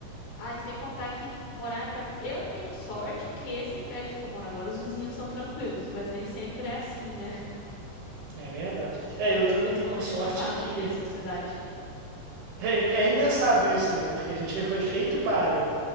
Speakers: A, on the left; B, on the right.
A: Ah, e sem contar que morar em apart... Eu tenho sorte que esse prédio que eu moro agora, os vizinhos são tranquilos, mas nem sempre é assim, né?
B: É verdade. É, eu também
A: O ser
B: tenho
A: humano,
B: uma
A: ele
B: sorte
A: não sabe
B: que
A: viver em sociedade.
B: É, é engraçado isso, né? Porque a gente foi feito para